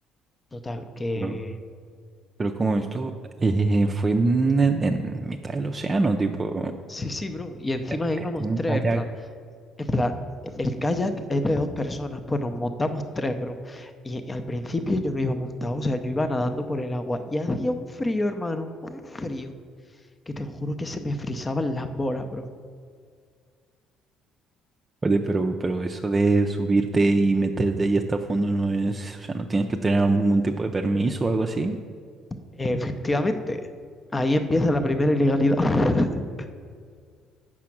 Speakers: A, on the left; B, on the right.
A: Total, que
B: Pero Pero como esto eh, fue en, en- en mitad del océano, tipo,
A: sí, sí, bro. Y encima
B: eh,
A: íbamos
B: que tengo
A: tres,
B: un kayak.
A: en plan. En plan, el kayak es de dos personas, pues nos montamos tres, bro. Y, y al principio yo no iba montado, o sea, yo iba nadando por el agua y hacía un frío, hermano, un frío, que te lo juro que se me frisaban las bolas, bro.
B: Oye, pero, pero eso de subirte y meterte ahí hasta fondo no es, o sea, no tienes que tener algún tipo de permiso o algo así.
A: Efectivamente, ahí empieza la primera ilegalidad. <laughs>